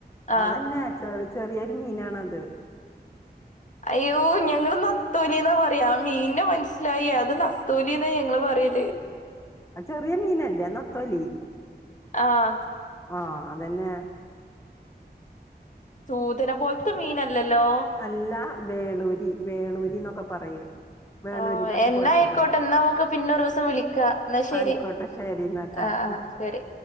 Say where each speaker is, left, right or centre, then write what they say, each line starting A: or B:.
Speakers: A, on the left; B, on the left.
A: ആഹ്
B: അതെന്നെ ചെറി ചെറിയൊരു മീനാണത്
A: അയ്യോ ഞങ്ങള് നത്തോലിന്നാ പറയാ മീന നെ മൻസ്സിലായി അത് നത്തോലിന്നാ ഞങ്ങള് പറയല്
B: അ ചെറിയ മീനല്ലേ നത്തോലി
A: ആഹ്
B: ആഹ് അതെന്നെ
A: സൂദനെ പോൽത്ത മീനല്ലല്ലോ
B: അല്ല വേളൂരി വേളൂരി ന്നൊക്ക പറയും വേളൂരിയുടെ
A: ആഹ്
B: ഒക്കെ
A: എന്നാ
B: പോലത്തതാ
A: ആയിക്കോട്ടെ ന്നാ നമക്ക് പിന്നൊരൊസം വിളിക്കാ ന്നാ ശരി
B: ആയിക്കോട്ടെ ശരി എന്നാട്ടാ
A: ആ
B: ഉം
A: ആ ശരി